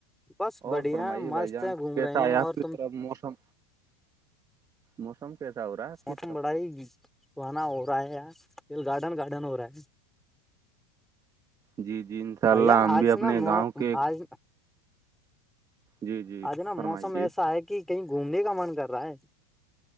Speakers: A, in the centre; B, on the right.
A: بس بڑھیا
B: اور فرمائیے
A: مست
B: بھائی جان
A: ہے گھوم
B: کیسا
A: رہے ہیں
B: ہے آپ
A: اور
B: کی
A: تم
B: طرف موسم موسم کیسا ہو رہا ہے آپ
A: موسم
B: کی طرف
A: بڑا ہی سہانا ہو رہا ہے دل گارڈن گارڈن ہو رہا ہے
B: جی جی انشاء
A: بھایی
B: اللہ
A: جان
B: ہم
A: آج
B: بھی اپنے
A: نا
B: گاؤں کے
A: آج
B: جی جی
A: آج نا
B: فرمائیے
A: موسم ایسا ہے کہ کہیں گھومنے کا من کر رہا ہے